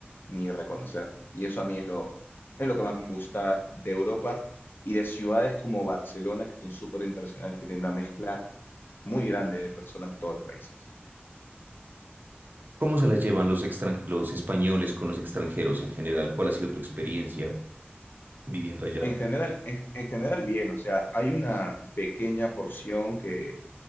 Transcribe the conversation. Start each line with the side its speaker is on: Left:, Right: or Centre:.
Left: ni reconocer. Y eso a mí es lo, es lo que más me gusta de Europa y de ciudades como Barcelona, que son súper internacionales y que tienen una mezcla muy grande de personas de todos los países.
Right: ¿Cómo se las llevan los extran- los españoles con los extranjeros en general? ¿Cuál ha sido tu experiencia viviendo allá?
Left: En general, en en general bien, o sea, hay una pequeña porción que